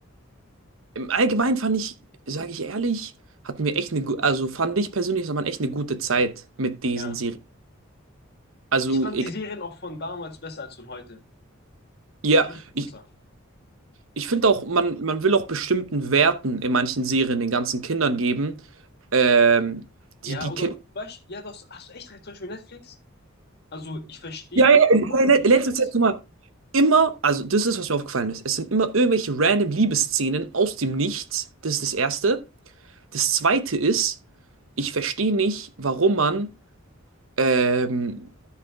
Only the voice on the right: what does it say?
Im Allgemeinen fand ich, sage ich ehrlich, hatten wir echt eine, gu- also fand ich persönlich, hat man echt eine gute Zeit mit diesen
Serien. Also,
egal.
Ja,
ich,
ich finde auch, man, man will auch bestimmten Werten in manchen Serien den ganzen Kindern geben, ähm,
die die
Kinder.
Ja, ja,
in
in- in letzter Zeit, guck mal, immer, also das ist, was mir aufgefallen ist. Es sind immer irgendwelche random Liebesszenen aus dem Nichts. Das ist das Erste. Das Zweite ist, ich verstehe nicht, warum man, ähm,